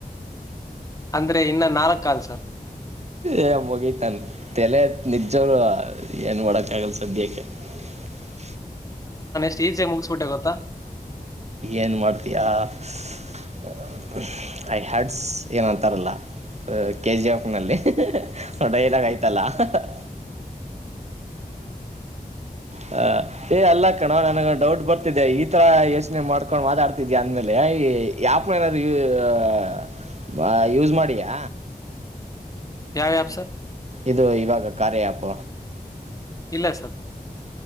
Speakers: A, on the left; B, on the right.
A: ಅಂದ್ರೆ ಇನ್ನ ನಾಲ್ಕ ಕಾಲ್ ಸರ್
B: ಏ ಮುಗತನ್ ತಲೆ ನಿಜೋರು ಏನ್ ಮಾಡಕ್ಕ ಆಗಲ್ಲ ಸದ್ಯಕ್ಕೆ <unintelligible> <inaudible>
A: <unintelligible> ಚೀಸೆ ಮುಗಿಸಸ್ಬಿಟ್ಟೆ ಗೊತ್ತಾ
B: ಏನು ಮಾಡ್ತಯಾ <unintelligible> ಐ ಹ್ಯಾಡ್ಸ್ ಏನಂತಾರಲ್ಲ ಕೆ ಜಿ ಎಫ್ ನಲ್ಲಿ ಡೈಲಾಗೈತಲ್ಲ <unintelligible> ಹ ಏ ಅಲ್ಲ ಕಣವ ನನಗ ಡೌಟ್ ಬರ್ತಿದ್ದೆ ಈ ತರ ಯೋಚನೆ ಮಾಡ್ಕೊಂಡ್ ಮಾತಾಡ್ತಿದಿ ಅಂದ್ಮೇಲೆ <unintelligible> ನ ಯಾಪ್ ಏನಾದ್ರು ಯ ಯೂಸ್ ಮಾಡಿಯಾ
A: ಯಾವ ಆ್ಯಪ್ <unintelligible>
B: ಇದು ಇವಾಗ ಕಾರ್ಯಾ ಆ್ಯಪ್
A: ಇಲ್ಲ ಸರ್